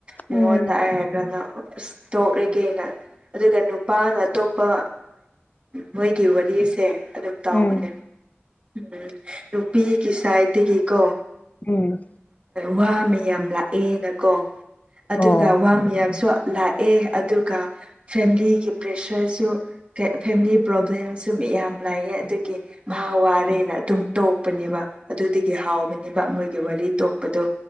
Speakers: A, on the right (about 30°); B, on the left (about 40°).
A: ꯃꯉꯣꯟꯗ
B: ꯎꯝ
A: ꯑꯩ ꯍꯥꯏꯕꯥꯟꯗ <unintelligible> ꯑꯁ ꯇꯣꯛꯑꯒꯦꯅ ꯑꯗꯨꯒ ꯅꯨꯄꯥꯅ ꯑꯇꯣꯞꯄ ꯃꯣꯏꯒꯤ ꯋꯥꯔꯤꯁꯦ ꯑꯗꯨꯝ ꯇꯥꯎꯕꯅꯦ
B: ꯎꯝ
A: ꯎꯝ ꯅꯨꯄꯤꯒꯤ ꯁꯥꯏꯠꯇꯒꯤ ꯀꯣ
B: ꯎꯝ
A: ꯋꯥ ꯃꯌꯥꯝ ꯂꯥꯛꯑꯦꯅꯀꯣ ꯑꯗꯨꯒ
B: ꯑꯣ
A: ꯋꯥ ꯃꯌꯥꯝꯁꯨ ꯂꯥꯛꯑꯦ ꯑꯗꯨꯒ ꯐꯦꯝꯂꯤꯒꯤ ꯄ꯭ꯔꯦꯁꯔꯁꯨ ꯐꯦꯝꯂꯤ ꯄ꯭ꯔꯣꯕ꯭ꯂꯦꯝꯁꯨ ꯌꯥꯝ ꯂꯥꯛꯌꯦ ꯑꯗꯨꯒꯤ ꯃꯍꯥ ꯋꯥꯔꯦꯅ ꯑꯗꯨꯝ ꯇꯣꯛꯄꯅꯦꯕ ꯑꯗꯨꯗꯒꯤ ꯍꯥꯎꯕꯅꯦꯕ ꯃꯣꯏꯒꯤ ꯋꯥꯔꯤ ꯇꯣꯛꯄꯗꯣ